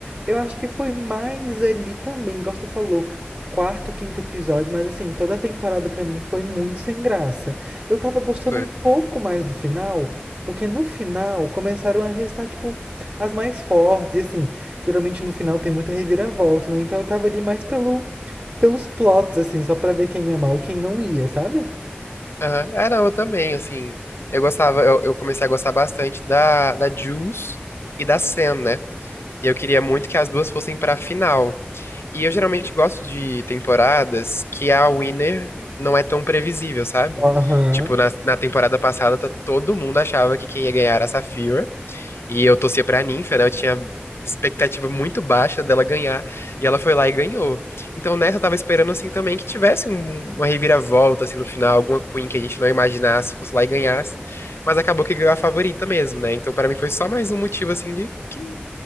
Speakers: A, on the right (about 30°); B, on the left (about 85°).
A: Eu acho que foi mais ali também, igual você falou, quarto, quinto episódio, mas assim, toda a temporada pra mim foi muito sem graça. Eu tava gostando
B: foi.
A: um pouco mais do final, porque no final começaram a restar, tipo, as mais fortes, e assim, geralmente no final tem muita reviravolta, né? Então eu tava ali mais pelo pelos plots, assim, só pra ver quem ia mal e quem não ia, sabe?
B: Aham. Ah, não, eu também, assim. Eu gostava, eu, eu comecei a gostar bastante da, da Jules e da Sam, né? E eu queria muito que as duas fossem pra final. E eu geralmente gosto de temporadas que a winner não é tão previsível, sabe?
A: Aham.
B: Tipo, na, na temporada passada, tá- todo mundo achava que quem ia ganhar era a Sapphire. E eu torcia pra ninfa, né? Eu tinha expectativa muito baixa dela ganhar. E ela foi lá e ganhou. Então nessa eu tava esperando, assim, também que tivesse um- uma reviravolta, assim, no final. Alguma Queen que a gente não imaginasse, fosse lá e ganhasse. Mas acabou que ganhou a favorita mesmo, né? Então pra mim foi só mais um motivo, assim, de que